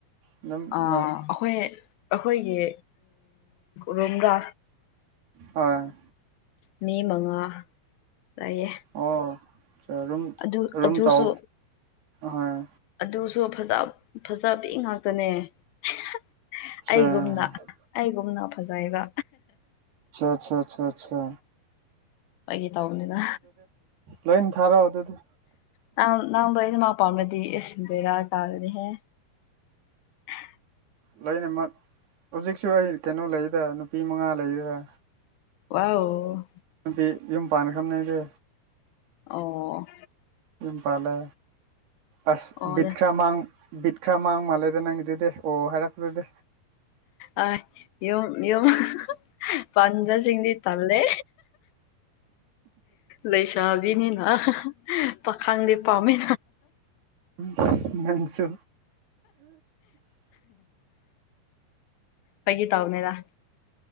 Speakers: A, on the right; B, on the left.
A: ꯑꯗꯨꯝ
B: ꯑꯥ ꯑꯩꯈꯣꯏ
A: ꯅꯣꯏ
B: ꯑꯩꯈꯣꯏꯒꯤ ꯔꯣꯝꯗ꯭ꯔꯥ
A: ꯍꯣꯏ
B: ꯃꯤ ꯃꯉꯥ ꯂꯩꯌꯦ
A: ꯑꯣ ꯔꯨꯝ
B: ꯑꯗꯨ
A: ꯔꯨꯝ
B: ꯑꯗꯨꯁꯨ
A: ꯆꯥꯎ ꯍꯣꯏ
B: ꯑꯗꯨꯁꯨ ꯐꯖ ꯐꯖ ꯄꯤ ꯉꯥꯛꯇꯅꯦ <unintelligible>
A: ꯑꯆꯥ
B: ꯑꯩꯒꯨꯝꯅ
A: ꯑꯆꯥ
B: ꯑꯩꯒꯨꯝꯅ ꯐꯖꯩꯕꯥ
A: ꯆꯥ ꯆꯥ ꯆꯥ ꯆꯥ
B: ꯑꯩꯒꯤ ꯇꯧꯕꯅꯤꯅ
A: ꯂꯣꯏꯅ ꯊꯥꯔꯛꯑꯣ ꯑꯗꯨꯗꯤ
B: ꯅꯪ ꯅꯪꯗꯣ ꯑꯩꯅ ꯄꯥꯝꯂꯗꯤ ꯏꯁ ꯚꯦꯔꯥ ꯀꯥꯒꯅꯤꯍꯦ <inaudible>
A: ꯂꯣꯏꯅꯃꯛ ꯍꯧꯖꯤꯛꯁꯨ ꯑꯩ ꯀꯩꯅꯣ ꯂꯩꯔꯤꯗ ꯅꯨꯄꯤ ꯃꯉꯥ ꯂꯩꯔꯤꯔ
B: ꯋꯥꯎ
A: ꯅꯨꯄꯤ ꯌꯨꯝ ꯄꯥꯟꯈ꯭ꯔꯕꯥꯅꯦ ꯑꯩꯗꯤ
B: ꯑꯣ
A: ꯌꯨꯝ ꯄꯥꯜꯂꯦ ꯑꯁ
B: ꯑꯣ
A: ꯕꯤꯠ ꯈꯔ ꯃꯥꯡ ꯕꯤꯠ ꯈꯔ ꯃꯥꯡ ꯃꯥꯜꯂꯦꯗ ꯅꯪꯒꯤ ꯑꯗꯨꯗꯤ ꯑꯣ ꯍꯥꯏꯔꯛꯄꯗꯤ
B: ꯑꯣꯏ ꯌꯨꯝ ꯌꯨꯝ <unintelligible> ꯄꯥꯟꯕꯁꯤꯡꯗꯤ ꯇꯂꯦ ꯂꯩꯁꯥꯕꯤꯅꯤꯅ ꯄꯥꯈꯪꯗꯤ ꯄꯥꯝꯃꯤ
A: ꯎꯝ ꯅꯪꯁꯨ
B: ꯕꯒꯤ ꯇꯧꯕꯅꯤꯗ